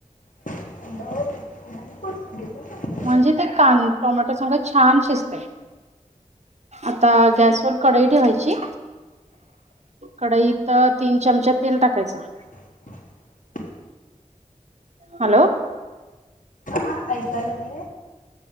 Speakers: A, on the left; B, on the right.
A: हॅ <unintelligible>
B: म्हणजे ते कान टोमॅटो सगळं छान शिजते. आता गॅसवरर कडाई ठेवायची. कडईत तीन चमचा तेल टाकायचं.
A: <inaudible>
B: हॅलो.
A: ह ऐकायलाग